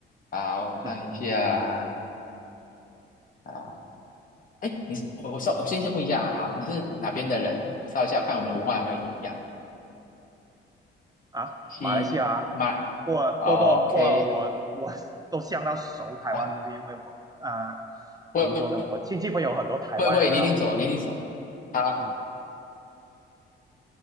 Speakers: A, on the left; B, on the right.
A: 好，我看一下
B: 嗯，
A: 啊，哎，你是我我稍我先先问一下啊，你是哪边的人啊？我稍一下看我们的文化有没有一样。
B: 啊，
A: 西马
B: 马来西亚啊，不不不不，
A: 哦，OK
B: 我我都相当熟台湾东西，
A: 啊，
B: 因为我啊，
A: 不会
B: 怎么说呢，我亲戚朋友很多台湾人。
A: 不会不会，你一定走，
B: 然后，
A: 你一定走。好
B: 嗯